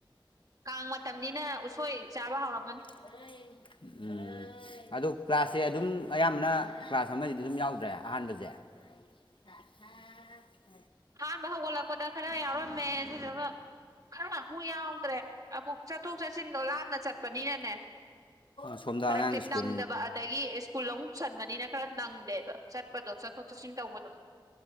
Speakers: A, on the right (about 45°); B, on the left (about 70°).
A: ꯀꯥꯡ ꯃꯇꯝꯅꯤꯅ ꯎꯁꯣꯏ ꯆꯥꯕ ꯍꯥꯎꯔꯝꯃꯅꯤ
B: <inaudible> ꯎꯝ ꯑꯗꯣ ꯀ꯭ꯂꯥꯁꯁꯦ ꯑꯗꯨꯝ ꯑꯌꯥꯝꯕꯅ ꯀ꯭ꯂꯥꯁ ꯑꯃꯁꯤꯗꯤ ꯑꯗꯨꯝ ꯌꯥꯎꯗ꯭ꯔꯦ ꯑꯍꯥꯟꯕꯁꯦ <unintelligible>
A: ꯍꯥꯟꯕ ꯍꯧꯒꯠꯂꯛꯄꯗ ꯈꯔ ꯌꯥꯎꯔꯝꯃꯦ ꯑꯗꯨꯗꯨꯒ ꯈꯔ ꯑꯃꯨꯛ ꯌꯥꯎꯗ꯭ꯔꯦ ꯑꯃꯨꯛ ꯆꯠꯊꯣꯛ ꯆꯠꯁꯤꯟꯗꯣ ꯂꯥꯞꯅ ꯆꯠꯄꯅꯤꯅꯅꯦ
B: ꯁꯣꯝꯗ
A: ꯐꯔꯛꯇꯤ
B: ꯑꯉꯥꯡ ꯁ꯭ꯀꯨꯜ
A: ꯅꯪꯗꯕ ꯑꯗꯒꯤ ꯁ꯭ꯀꯨꯜ ꯑꯃ ꯁꯟꯕꯅꯤꯅ ꯈꯔ ꯅꯪꯗꯦꯕ ꯆꯠꯄꯗꯣ ꯆꯠꯊꯣꯛ ꯆꯠꯁꯤꯟ ꯇꯧꯕꯗꯣ